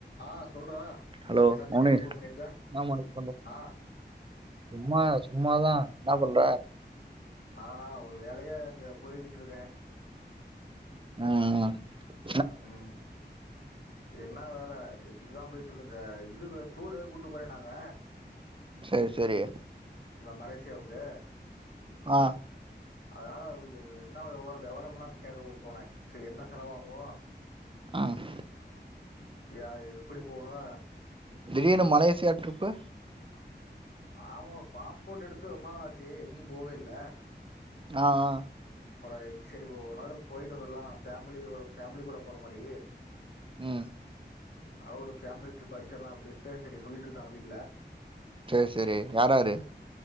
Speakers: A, on the left (about 70°); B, on the right (about 30°).
A: ஆ சொல்றா
B: ஹலோ
A: என்ன திடீர்னு
B: மௌனி
A: ஃபோன் பண்ணிருக்க
B: ஆமா பண்ற
A: ஆ
B: சும்மா சும்மாதா என்னா பண்ற
A: நானா ஒரு வேலயா இங்க போய்கிட்டு இருக்கே
B: ம் ம்
A: ம் என்ன வேல இதுதா போய்ட்டு இருக்கு இந்த இதுல டூறு கூட்டு போறேன்னாங்க
B: சரி சரி
A: மலேசியாவுக்கு
B: ஆ
A: அதனால என்ன விவரோ வெவரம்ல்லா கேக்க போனே சேரி என்ன செலவாகு
B: ஆம்
A: யா எப்புடி போனு
B: திடீர்னு மலேசியா ட்ரிப்பு
A: ஆமாபம் ஒரு பாஸ்போர்ட் எடுத்து ரொம்ப நாள்ளாச்சு எங்கேயு போவே இல்ல
B: ஆ ஆ
A: அப்றோ எங்சைடு ஒரு நாளு போயிட்டு வந்துருலா ஃபேமிலி யோட ஃபேமிலி கூட போற மாரி
B: ம்
A: அவரு ஃபேமிலி ட்ரிப் அடிச்சிடலா அப்புடின்ட்டு சேரி சொல்லிட்ருந்தாங்க வீட்
B: சேரி சேரி யார்யாரு